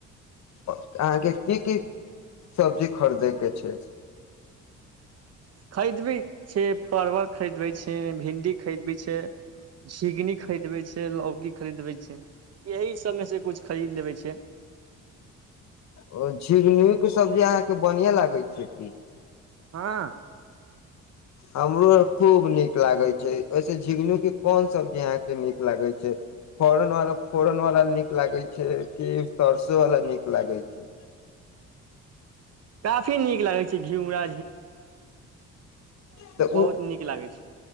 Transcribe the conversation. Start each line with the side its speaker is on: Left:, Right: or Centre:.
Left: अहाँके की की सब्जी खरीदैके छै
Right: खरीद भी छै परवल खरीदबै छी भिन्डी खरीदबै छै झिंगनी खरीदबै छै लौकी खरीदबै छै यही एहि सबमेसँ कुछ खरीद लेबै छै
Left: ओ झिंगनके सब्जी अहाँके बढ़िआँ लागै छै की
Right: हँ
Left: हमरो आब खूब नीक लागै छै ओहिसँे झिंगनूके कोन सब्जी अहाँके नीक लागै छै फोरनवला फोरनवला नीक लागै छै कि सरसोवला नीक लागै छै
Right: काफी नीक लागै छै झिमरा
Left: तऽ
Right: बहुत
Left: ओ
Right: नीक लागै छै